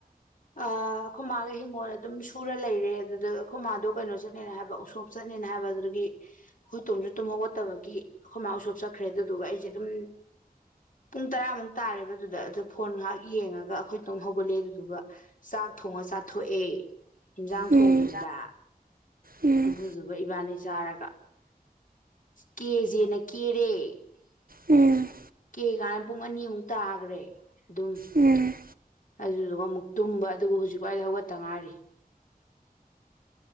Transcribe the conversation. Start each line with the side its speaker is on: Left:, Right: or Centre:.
Left: ꯑ ꯑꯩꯈꯣꯏꯃꯥꯒ ꯍꯤꯡꯒꯣꯜ ꯑꯗꯨꯝ ꯁꯨꯔ ꯂꯩꯔꯦ ꯑꯗꯨꯗ ꯑꯩꯈꯣꯏ ꯃꯥꯥꯗꯣ ꯀꯩꯅꯣ ꯆꯠꯂꯅ ꯍꯥꯏꯕ ꯎꯁꯣꯞ ꯆꯠꯦ ꯆꯠꯅꯦꯅ ꯍꯥꯏꯕ ꯑꯗꯨꯒꯤ ꯑꯩꯈꯣꯏ ꯇꯨꯝꯁꯨ ꯇꯨꯝ ꯍꯧꯧꯒꯠꯇꯕꯒꯤ ꯑꯩꯈꯣꯏ ꯃꯥ ꯎꯁꯣꯞ ꯆꯄ ꯀꯈ꯭ꯔꯦ ꯑꯗꯨꯗꯨꯒ ꯑꯩꯁꯦ ꯑꯗꯨꯝ ꯄꯨꯡ ꯇꯔꯥꯃꯨꯛ ꯇꯥꯔꯦꯕ ꯑꯗꯨꯗ ꯑꯗꯨ ꯐꯣꯟ ꯉꯥꯏꯍꯥꯛ ꯌꯦꯡꯉꯒ ꯑꯩꯈꯣꯏꯇꯣꯝ ꯍꯧꯒꯠꯂꯦ ꯑꯗꯨꯗꯨꯒ ꯆꯥꯛ ꯊꯣꯡꯉ ꯆꯥꯊꯣꯛꯑꯦ ꯌꯦꯟꯖꯥꯡ
Right: ꯎꯝ
Left: ꯊꯣꯡꯗꯕꯤꯗ
Right: ꯎꯝ
Left: ꯑꯗꯨꯗꯨꯒ ꯏꯕꯥꯅꯤ ꯆꯥꯔꯒ ꯀꯦꯖꯤꯦꯅ ꯇꯦ
Right: ꯎꯝ
Left: ꯀꯦ ꯀꯥꯟꯅ ꯄꯨꯡ ꯑꯅꯤꯃꯨꯛ ꯇꯥꯈ꯭ꯔꯦ ꯑꯗꯨꯝ
Right: ꯎꯝ
Left: ꯑꯗꯨꯗꯨꯒ ꯑꯃꯨꯛ ꯇꯨꯝꯕ ꯑꯗꯨꯒ ꯍꯧꯖꯤꯛ ꯋꯥꯏꯗꯤ ꯍꯧꯒꯠꯇ ꯉꯥꯏꯔꯤ